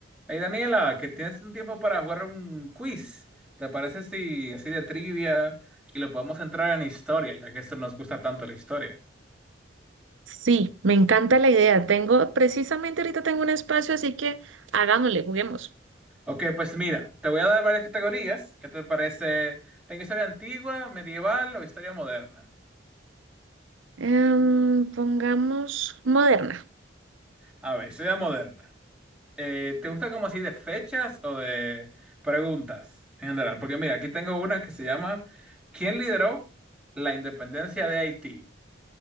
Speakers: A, in the centre; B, on the right.
A: Hey Daniela, que tienes un tiempo para jugar un quiz. ¿Te parece si así de trivia y lo podemos entrar en historia, ya que esto nos gusta tanto la historia?
B: Sí, me encanta la idea. Tengo, precisamente ahorita tengo un espacio, así que hagámosle, juguemos.
A: Ok, pues mira, te voy a dar varias categorías. ¿Qué te parece? Tengo historia antigua, medieval o historia moderna.
B: Em, pongamos moderna.
A: A ver, historia moderna. Eh, ¿te gusta como así de fechas o de preguntas en general? Porque mira, aquí tengo una que se llama ¿Quién lideró la independencia de Haití?